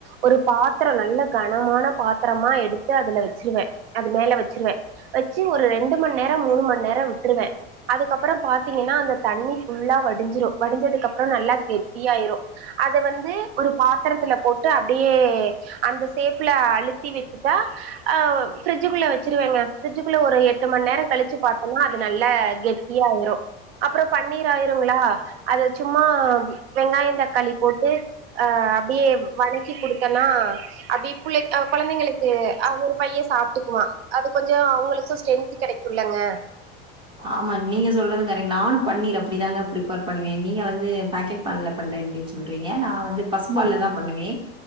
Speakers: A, on the right; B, on the right.
A: ஒரு பாத்தரோ நல்ல கனமான பாத்தரமா எடுத்து அதுல வெச்சிருவே அது மேல வெச்சிருவே வெச்சு ஒரு ரெண்டு மண்நேரோ மூணு மண்நேரோ விட்ருவே அதுக்கப்பறோ பாத்தீங்கன்னா அந்த தண்ணி ஃபுல்லா வடிஞ்சிரு வடிஞ்சதுக்கு அப்புறோ நல்லா கெட்டியாய்ரு அத வந்து ஒரு பாத்தரத்துல போட்டு அப்டியே அந்த சேப்ல அழுத்தி வெச்சுட்டா ஆ ஃப்ரிட்ஜுகுள்ள வெச்சிருவேங்க ஃப்ரிட்ஜுக்குள்ள ஒரு எட்டு மண்நேரோ கழிச்சு பாத்தோன்னா அது நல்லா கெட் டியாய்ரு அப்புறோ பன்னீர் ஆய்ருங்ளா அத சும்மா வெங்காயோ தக்காளி போட்டு அ அப்டியே வனக்கி குடுத்தேன்னா அப்டி புள்ளைக் ஆ கொழந்தைங்களுக்கு ஆ ஒரு பைய சாப்ட்டுக்குவா அது கொஞ்சோ அவுங்களுக்கு ஸ்ட்ரென்த்து கெடைக்குல்லங்க
B: ஆமா நீங்க சொல்றது கரெக்ட் நானு பன்னிர் அப்டிதாங்க பிரிப்பேர் பண்ணுவே நீங்க வந்து பாக்கெட் பால்ல பண்றிங்கன்னு சொல்றீங்க நா வந்து பசுபால்லதான் பண்ணுவேன்